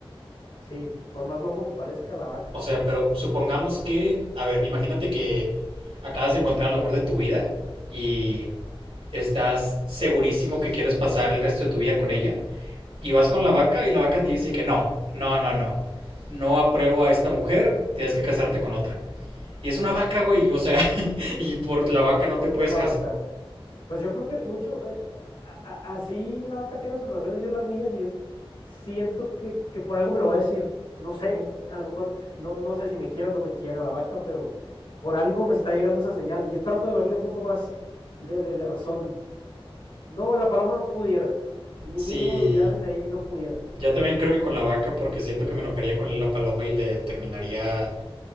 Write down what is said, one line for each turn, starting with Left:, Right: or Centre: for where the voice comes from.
Left: Sí, por más loco que parezca, la vaca.
Right: O sea, pero supongamos que, a ver, imagínate que acabas de encontrar el amor de tu vida y estás segurísimo que quieres pasar el resto de tu vida con ella, Y vas con la vaca y la vaca te dice que no, no, no, no. No apruebo a esta mujer, tienes que casarte con otra. Y es una vaca, güey, o sea, <laughs> y por la vaca no
Left: ¿Por
Right: te puedes
Left: qué la
Right: casar.
Left: vaca? Pues yo creo que mucho, eh, a- a- así la vaca tenga sus razones, yo las mías, y yo siento que, que por algo me lo va a decir. No sé, a lo mejor no, no sé si me quiera o no me quiera la vaca, pero por algo me está llegando esa señal. Y yo trato de verle un poco más de, de, de razón. No, la paloma no pudiera. Mi-
Right: sí
Left: Mínimo ya desde ahí no pudiera.
Right: yo también creo que con la vaca, porque siento que me enojaría con la paloma y le terminaría,